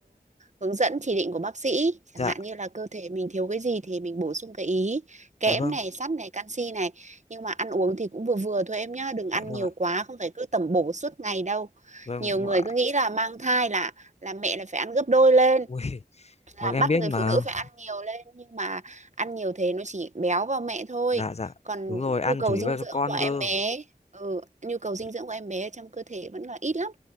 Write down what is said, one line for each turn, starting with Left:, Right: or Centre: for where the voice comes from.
Right: hướng dẫn chỉ định của bác sĩ, chẳng
Left: dạ,
Right: hạn như là cơ thể mình thiếu cái gì thì mình bổ sung cái ý, kẽm
Left: dạ vâng,
Right: này, sắt này, canxi này nhưng mà ăn uống thì cũng vừa vừa thôi em nhá đừng ăn
Left: dạ vâng
Right: nhiều
Left: ạ.
Right: quá không phải cứ tẩm bổ suốt ngày đâu
Left: Vâng,
Right: nhiều người
Left: ạ.
Right: cứ nghĩ là mang thai là là mẹ là phải ăn gấp đôi lên
Left: ui, <laughs>
Right: là
Left: vâng em
Right: bắt
Left: biết
Right: người
Left: mà.
Right: phụ nữ phải ăn nhiều lên nhưng mà ăn nhiều thế nó chỉ béo vào mẹ thôi
Left: dạ dạ
Right: còn
Left: đúng rồi ăn
Right: nhu cầu
Left: chủ yếu
Right: dinh
Left: là
Right: dưỡng
Left: cho con
Right: của
Left: cơ
Right: em bé ừ, nhu cầu
Left: Chứ-
Right: dinh dưỡng của em bé trong cơ thể vẫn là ít lắm